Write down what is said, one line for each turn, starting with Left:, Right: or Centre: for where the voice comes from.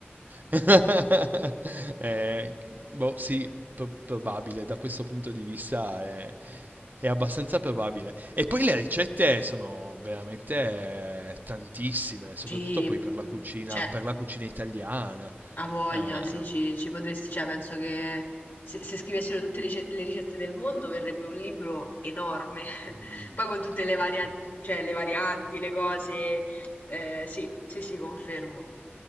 Right: <laughs> Eh, boh, sì, pro- probabile, da questo punto di vista è, è abbastanza probabile. E poi le ricette sono veramente eh, tantissime, soprattutto
Left: Sì,
Right: poi
Left: mm,
Right: per la cucina,
Left: c'è.
Right: per la cucina italiana.
Left: Ha voglia,
Right: Eh,
Left: sì, ci, ci potresti, cioè penso che se, se scrivessero tutte le, ce- le ricette del mondo verrebbe un libro enorme, <laughs>
Right: mm,
Left: poi con tutte le, varia-
Right: sì, sì.
Left: cioè, le varianti, le cose, eh, sì, sì, sì, confermo,